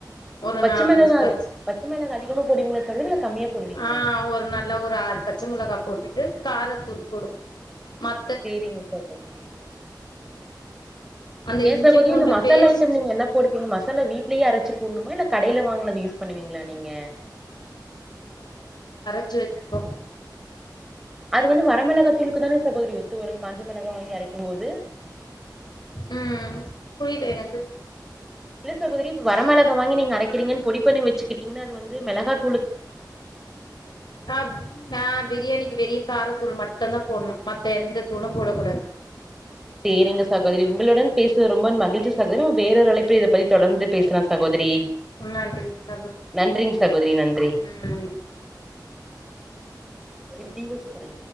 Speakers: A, on the left (about 75°); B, in the centre.
A: ஒரு
B: பச்ச
A: நாலஞ்சு
B: மெளகா அ
A: பச்
B: பச்ச மெளகா அதிகமா போடுவிங்ளா சொல்லுங்ளே கம்மியா போடுவிங்களா
A: ஆ ஒரு நல்லா ஒரு ஆறு பச்ச மொளகா போட்டுட்டு காரத்தூள் போடுவோ மத்
B: சேரிங்க சகோதரி
A: அந்த
B: எ ஏ
A: இஞ்சி
B: சகோதரி
A: பூண்டு
B: இந்த மசாலா
A: பேஸ்ட்
B: ஐட்டம் நீங்க என்ன போடுவிங்க மசாலா வீட்லேயே அரச் சு போட்ணுமா இல்ல கடைல வாங்குனது யூஸ் பண்ணுவிங்களா நீங்க
A: ச்சு வெச்சுப்போ
B: அது வந்து வரமெளகாத்தூளுக்கு தானே சகோதிரி ஒத்து வரு காஞ்சமெளகா வாங்கி அரைக்கும் போது <inaudible>
A: ம் புரில எனக்கு
B: இல்ல சகோதரி இப்பொ வர மெளக வாங்கி நீங்க அரைக்குறிங்கன் பொடிப் பண்ணி வச்சிக்கிட்டிங்கன்ன அது வந்து மெளகாத்
A: அ நா பிரியணிக்கு வெரியு காரத்தூள் மட்டந்தா போட்ணு மத்த எந்த தூளு போடக் கூடாது
B: சேரிங்க சகோதரி உங்களுடன் பேசு ரொம்ப மகிழ்ச்சி சகோத்ரி நம வேறொரு அழைப்பில் இத பத்தி தொடர்ந்து பேஸ்லா சகோதரி
A: ம் நன்றி சகோத்
B: நன்றிங் சகோதரி நன்றி
A: உம் நன்றி
B: இரு டீ வச் தரே